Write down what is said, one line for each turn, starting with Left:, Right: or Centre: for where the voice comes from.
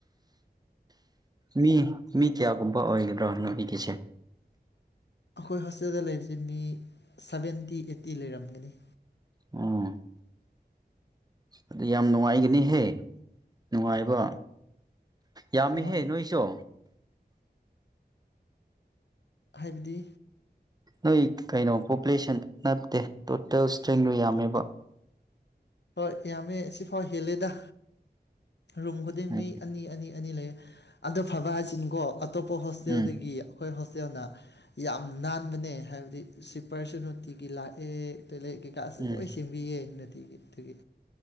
Right: ꯃꯤ ꯃꯤ ꯀꯌꯥꯒꯨꯝꯕ ꯑꯣꯏꯒꯗ꯭ꯔꯥ ꯅꯣꯏꯒꯤꯁꯦ
Left: ꯑꯩꯈꯣꯏ ꯍꯣꯁꯇꯦꯜꯗ ꯂꯩꯕꯁꯤ ꯃꯤ ꯁꯕꯦꯟꯇꯤ ꯑꯩꯠꯇꯤ ꯂꯩꯔꯝꯒꯅꯤ
Right: ꯎꯝ ꯑꯗꯨ ꯌꯥꯝ ꯅꯨꯡꯉꯥꯏꯒꯅꯤꯍꯦ ꯅꯨꯡꯉꯥꯏꯕ ꯌꯥꯝꯃꯤꯍꯦ
Left: ꯍꯣꯏ
Right: ꯅꯣꯏꯁꯨ
Left: ꯍꯥꯏꯕꯗꯤ
Right: ꯅꯣꯏ ꯀꯩꯅꯣ ꯄꯣꯄꯨꯂꯦꯁꯟ ꯅꯠꯇꯦ ꯇꯣꯇꯦꯜ ꯏꯁꯇ꯭ꯔꯦꯡꯗꯣ ꯌꯥꯝꯃꯦꯕ
Left: ꯍꯣꯏ ꯌꯥꯝꯃꯦ ꯁꯤꯐꯥꯎ ꯍꯦꯜꯂꯦꯗ ꯔꯨꯝ ꯈꯨꯗꯤꯡ
Right: ꯎꯝ
Left: ꯃꯤ ꯑꯅꯤ ꯑꯅꯤ ꯑꯅꯤ ꯂꯩ ꯑꯗꯣ ꯐꯕ ꯍꯥꯏꯁꯤꯅꯨꯀꯣ ꯑꯇꯣꯞꯄ ꯍꯣꯁꯇꯦꯜꯗꯒꯤ
Right: ꯎꯝ ꯎꯝ
Left: ꯑꯩꯈꯣꯏ ꯍꯣꯁꯇꯦꯜꯅ ꯌꯥꯝ ꯅꯥꯟꯕꯅꯦ ꯍꯥꯏꯕꯗꯤ ꯁꯤꯄꯔꯁꯨꯨ ꯅꯣꯇꯤꯒꯤ ꯂꯥꯛꯑꯦ ꯇꯣꯏꯂꯦꯠ ꯀꯩꯀꯥꯁꯨ
Right: ꯎꯝ
Left: ꯂꯣꯏ ꯁꯦꯝꯕꯤꯌꯦ ꯅꯨꯡꯇꯤꯒꯤ ꯑꯗꯨꯒꯤ